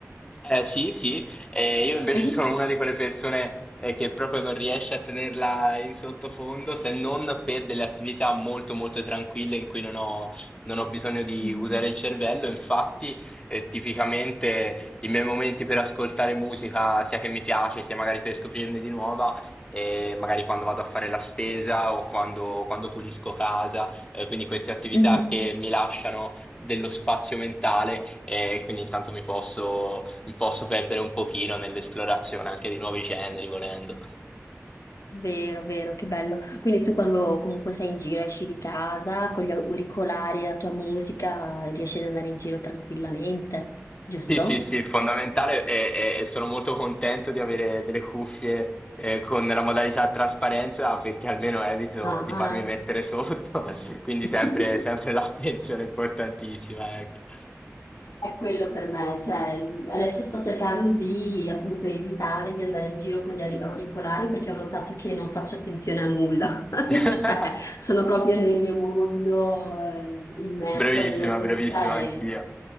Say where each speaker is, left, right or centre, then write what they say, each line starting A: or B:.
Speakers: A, on the left; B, on the left.
A: eh, sì, sì, Eh, io invece
B: Mhm.
A: sono una di quelle persone eh, che proprio non riesce a tenerla in sottofondo se non per delle attività molto molto tranquille in cui non ho, non ho bisogno di
B: Mm.
A: usare il cervello. Infatti, eh, tipicamente i miei momenti per ascoltare musica, sia che mi piace, sia magari per scoprirne di nuova, eh, magari quando vado a fare la spesa o quando, quando pulisco casa, Eh, quindi queste attività
B: Mhm.
A: che mi lasciano dello spazio mentale e quindi intanto mi posso mi posso perdere un pochino nell'esplorazione anche di nuovi generi, volendo.
B: Vero, vero, che bello. Quindi tu quando comunque sei in giro, esci di casa con gli auricolari, e la tua musica, riesci ad andare in giro tranquillamente, giusto?
A: Sì, sì, sì, fondamentale e, e- e sono molto contento di avere delle cuffie eh, con la modalità trasparenza perché almeno evito
B: Ah.
A: di farmi mettere sotto, <laughs> quindi
B: <laughs>
A: sempre, sempre l'attenzione è importantissima, ecco.
B: È quello per me, cioè adesso sto cercando di appunto evitare di andare in giro con gli auri- auricolari perché ho notato che non faccio attenzione a nulla, <laughs>
A: <laughs>
B: cioè sono proprio nel mio mondo eh, immersa
A: Bravissima,
B: nella musica
A: bravissima anch'io.
B: e